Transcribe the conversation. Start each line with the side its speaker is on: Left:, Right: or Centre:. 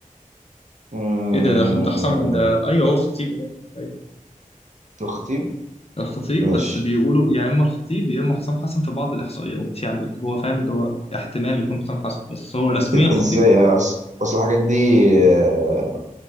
Right: أمم،
Left: ايه ده ده ده حسام ده ايوه هو خطيب اهو أيوة.
Right: الخطيب
Left: الخطيب
Right: ماشي
Left: بس بيقولوا يا اما الخطيب يا اما حسام حسن في بعض الاحصائيات يعني اللي هو فاهم اللي هو احتمال يكون حسام حسن بس هو رسميا خطيب
Right: ازاي يعني اصل اصل الحاجات دي آه،